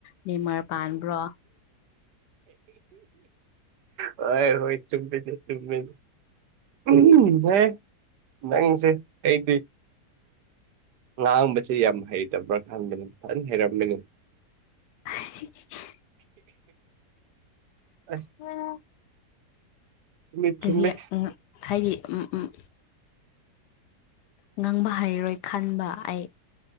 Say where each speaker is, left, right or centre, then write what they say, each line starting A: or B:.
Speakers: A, on the left; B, on the right.
A: ꯅꯤꯃꯔ ꯄꯥꯟꯕ꯭ꯔꯣ
B: ꯍꯣꯏ ꯍꯣꯏ ꯆꯨꯝꯃꯦꯅꯦ ꯆꯨꯝꯃꯦꯅꯦ ꯎꯝ ꯍꯦ ꯅꯪꯁꯦ ꯑꯩꯗꯤ ꯉꯥꯡꯕꯁꯦ ꯌꯥꯝ ꯍꯩꯇꯕ꯭ꯔꯥ ꯈꯟꯕꯅꯤ ꯐꯖꯅ ꯍꯩꯔꯝꯃꯤꯅꯤ
A: <inaudible>
B: ꯑꯁ
A: <unintelligible>
B: ꯆꯨꯝꯃꯦ
A: ꯀꯔꯤ
B: ꯆꯨꯝꯃꯦ
A: ꯍꯥꯏꯗꯤ ꯎꯝ ꯎꯝ ꯉꯥꯡꯕ ꯍꯩꯔꯣꯏ ꯈꯟꯕ ꯑꯩ